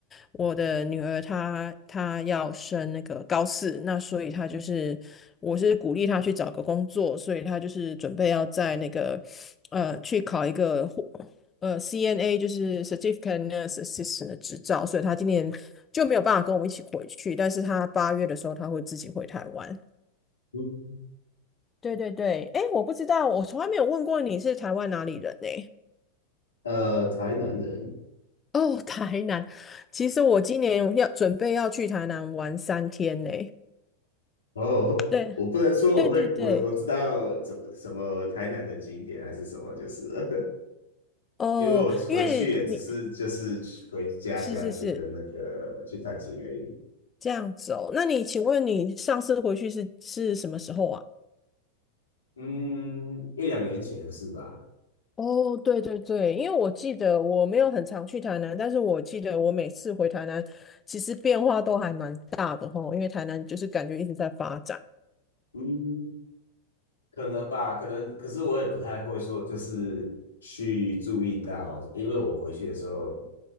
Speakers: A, on the left; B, on the left.
A: 我的女儿她她要升那个高四，那所以她就是我是鼓励她去找个工作，所以她就是准备要在那个呃去考一个护呃 CNA 就是 Certificate Nurse Assistant 的执照，所以她今年就没有办法跟我们一起回去，但是她八月的时候她会自己回台湾。
B: 嗯，
A: 对对对，哎，我不知道，我从来没有问过你是台湾哪里人呢、
B: 呃，台南人，
A: <laughs> 哦，台南。其实我今年要准备要去台南玩三天呢、
B: 哦，
A: 对
B: 我不能说我会，
A: 对对对，
B: 我我知道怎么什么台南的景点还是什么，就是了
A: 哦，
B: 因为我回去也只是就是去回家乡去跟那个去探亲而已。
A: 因为你是是是这样子哦。那你请问你上次回去是是什么时候啊？
B: 嗯，一两年前是吧。
A: 哦，对对对，因为我记得我没有很常去台南，但是我记得我每次回台南，其实变化都还蛮大的吼，因为台南就是感觉一直在发展。
B: 嗯，可能吧，可能，可是我也不太会说，就是去注意到，因为我回去的时候，